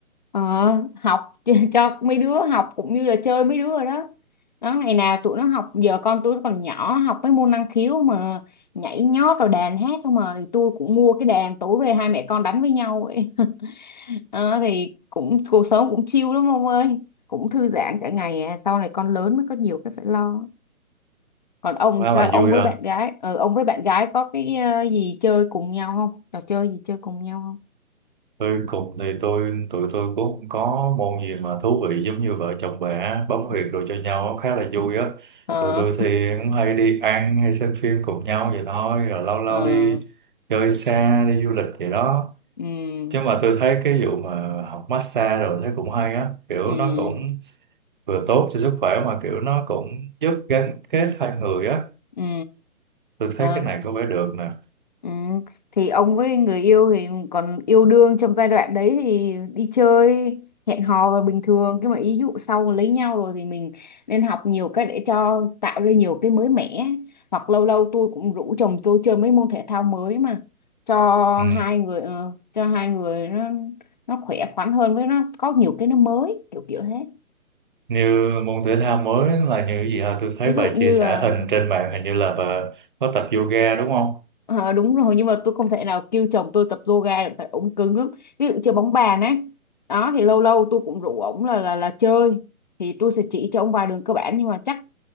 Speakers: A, on the left; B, on the right.
A: Ờ, học <laughs> cho mấy đứa học cũng như là chơi mấy đứa rồi đó đó ngày nào tụi nó học giờ con tụi nó còn nhỏ nó học mấy môn năng khiếu mà nhảy nhót rồi đàn hát không mà thì tôi cũng mua cái đàn tối về hai mẹ con đánh với nhau vậy <laughs> Ờ, thì cũng cuộc sống cũng chill lắm ông ơi cũng thư giãn cả ngày à. sau này con lớn mới có nhiều cái phải lo còn ông
B: Nó
A: sao
B: là
A: ông
B: vui
A: với
B: ha.
A: bạn gái ờ, ông với bạn gái có cái ờ, gì chơi cùng nhau không trò chơi gì chơi cùng nhau không
B: Tôi cùng thì tôi tụi tôi cũng không có môn gì mà thú vị giống như vợ chồng bè bấm huyệt
A: Ừ.
B: đồ cho nhau nó khá là vui á
A: ờ
B: tụi tôi thì cũng hay đi ăn hay xem phim cùng nhau vậy thôi rồi lâu lâu
A: ờ
B: đi chơi xa đi du lịch vậy đó
A: ừ
B: chứ mà tôi thấy cái vụ mà học massage rồi thấy cũng hay á kiểu
A: ừ
B: nó cũng vừa tốt cho sức khỏe mà kiểu nó cũng giúp gắn kết hai người á
A: ừ
B: tôi
A: ờ,
B: thấy cái này có vẻ được nè
A: ừ thì ông với người yêu thì còn yêu đương trong giai đoạn đấy thì đi chơi hẹn hò là bình thường nhưng mà ý dụ sau mà lấy nhau rồi thì mình nên học nhiều cách để cho tạo ra nhiều cái mới mẻ hoặc lâu lâu tôi cũng rủ chồng tôi chơi mấy môn thể thao mới mà cho
B: Ừ.
A: hai người ờ, cho hai người nó nó khỏe khoắn hơn với nó có nhiều cái nó mới kiểu kiểu thế
B: như môn thể thao mới là như cái gì hả tôi thấy
A: ví dụ
B: bà
A: như
B: chia sẻ
A: là
B: hình trên mạng hình như là bà có tập yoga đúng không
A: Ờ, đúng rồi nhưng mà tôi không thể nào kêu chồng tôi tập yoga được tại ổng cứng lắm ví dụ chơi bóng bàn ấy đó thì lâu lâu tôi cũng rủ ổng là, là là chơi thì tôi sẽ chỉ cho ổng vài đường cơ bản nhưng mà chắc